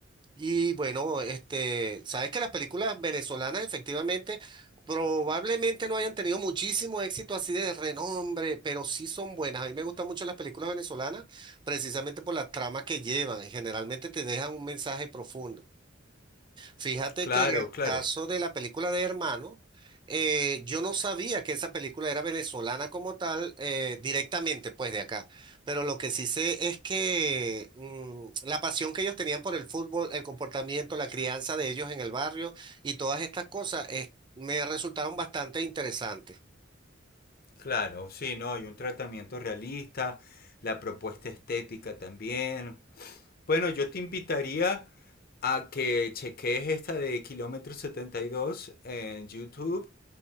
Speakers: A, on the right; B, on the left.
A: y bueno, este, sabes que las películas venezolanas efectivamente probablemente no hayan tenido muchísimo éxito así de renombre, pero sí son buenas. A mí me gustan mucho las películas venezolanas precisamente por la trama que llevan, y generalmente te dejan un mensaje profundo. Fíjate
B: Claro,
A: que en el
B: claro,
A: caso de la película de Hermano, eh, yo no sabía que esa película era venezolana como tal, eh, directamente pues de acá, pero lo que sí sé es que mm, la pasión que ellos tenían por el fútbol, el comportamiento, la crianza de ellos en el barrio y todas estas cosas eh, me resultaron bastante interesantes.
B: claro, sí, no, hay un tratamiento realista, la propuesta estética también. Bueno, yo te invitaría a que cheques esta de Kilómetro setenta y dos en YouTube